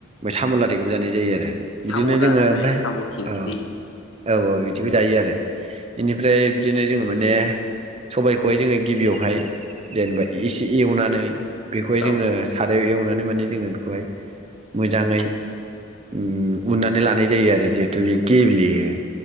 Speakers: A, on the right; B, on the left.
A: साम' ला बिदिखौबो जानाय जायो आरो बिदिनो
B: साम'
A: जोङो
B: दाहोनाय
A: ओमफ्राय
B: साम' खिंख्रि
A: ओ औ औ बिदिखौ जायो आरो इनिफ्राय बिदिनो जोङो माने सबायखौहाय जोङो गिबियावहाय जेनेबा एसे एवनानै बेखौहाय जोङो
B: औ
A: सार आरोय एवनानै माने जोङो बेखौहाय मोजाङै उम उननानै लानाय जायो आरो जिहेतु बे गेब्लेयो